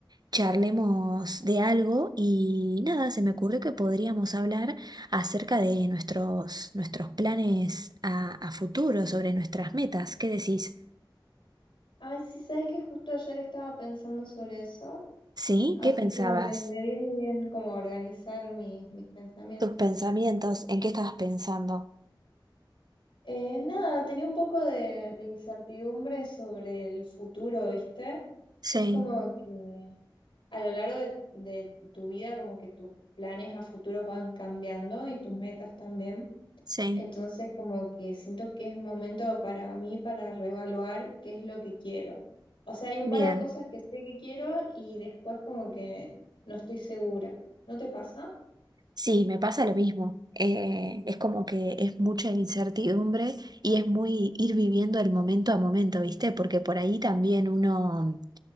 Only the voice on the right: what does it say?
charlemos de algo y nada, se me ocurrió que podríamos hablar acerca de nuestros, nuestros planes a, a futuro, sobre nuestras metas. ¿Qué decís?
¿Sí?
¿Qué pensabas?
Tus pensamientos, ¿en qué estabas pensando?
Sí,
sí,
bien.
Sí, me pasa lo mismo. Eh, es como que es mucha incertidumbre y es muy ir viviendo el momento a momento, ¿viste? Porque por ahí también uno,